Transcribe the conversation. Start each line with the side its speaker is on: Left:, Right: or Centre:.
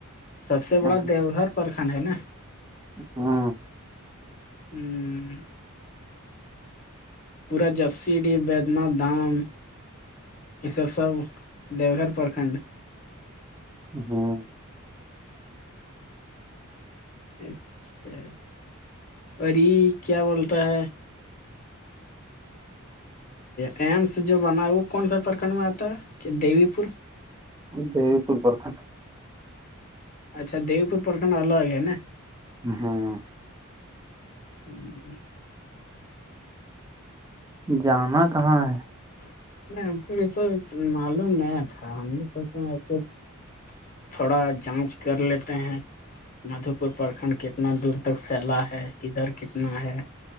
Left: سب سے بڑا
Right: ہاں
Left: دیو گھر پرکھنڈ ہے نا
Right: ہاں <inaudible>
Left: ہوں <inaudible> پورا جرسی ڈ ودنات دھام <inaudible> یہ سب سب دیو گھر پرکھنڈ <inaudible>
Right: ہاں <inaudible>
Left: اچھا ای کیا بولتا ہے <inaudible> ایمس جو بنا ہے وہ کون سا پرکھنڈ میں آتا ہے دیوی پور <inaudible>
Right: دو پور پرکھنڈ
Left: اچھا دیو پور پرکھنڈ الگ ہے نا
Right: ہاں
Left: ہوں <inaudible>
Right: جانا کہاں ہے
Left: نہیں ہم کو یہ سب معلوم نہیں تھا ہم نے س <inaudible> تھوڑا جانچ کر لیتے ہیں مدھو پور پرکھنڈ کتنا دور تک سیلا ہے ادھر کتنا ہے